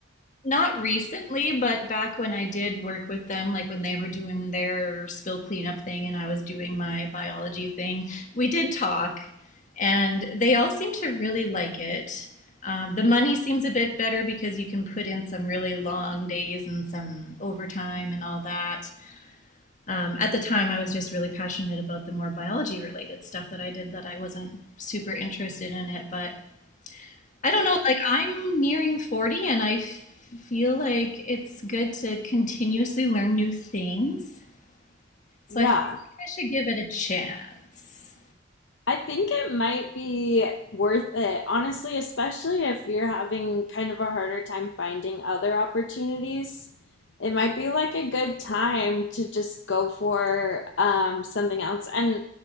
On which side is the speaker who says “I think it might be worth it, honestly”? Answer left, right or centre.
Left